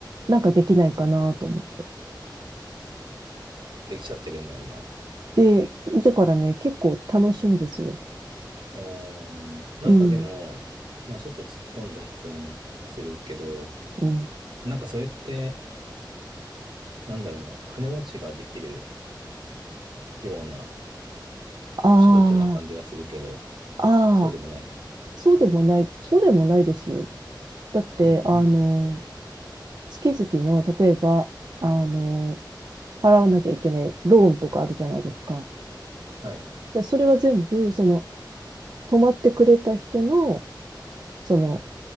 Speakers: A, on the right (about 55°); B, on the right (about 75°).
A: なんかできないかなと思って。
B: できちゃってるんだ、今。
A: で、だからね、結構楽しいんですよ。
B: うーん。なんかでも、
A: うん、
B: まあちょっと突っ込んだ質問するけど、
A: うん。
B: なんかそれって、なんだろうな、金持ちができるような
A: あ
B: 仕事な感じがするけど、
A: あ、ああ、
B: そうでもないの
A: そうでもない、そうでもないですよ。だって、
B: うー
A: あの、
B: ん。
A: 月々の、例えば、あの、払わなきゃいけないローンとかあるじゃないですか。
B: はい。
A: で、それは全部、その、泊まってくれた人の、その、